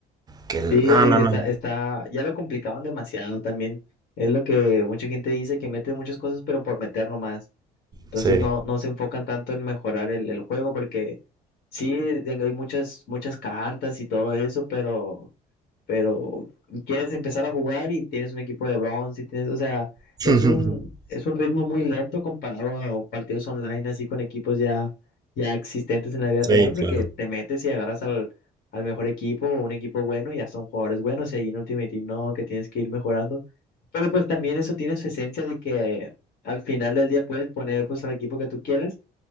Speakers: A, on the right; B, on the left.
A: que el...
B: Sí,
A: No, no,
B: está,
A: no.
B: está, ya lo complicaron demasiado también. Es lo que mucha gente dice que meten muchas cosas, pero por meter nomás. Entonces
A: Sí.
B: no, no se enfocan tanto en mejorar el, el juego porque sí eh, hay muchas, muchas cartas y todo eso, pero, pero quieres empezar a jugar y tienes un equipo de bronce y tienes, o sea,
A: <laughs>
B: es un, es un ritmo muy lento comparado a partidos online así con equipos ya, ya existentes en la vida
A: Sí,
B: real porque
A: claro.
B: te metes y agarras al, al mejor equipo o un equipo bueno y ya son jugadores buenos y ahí en Ultimate Team no, que tienes que ir mejorando. Pero pues también eso tiene su esencia de que al final del día puedes poner pues al equipo que tú quieras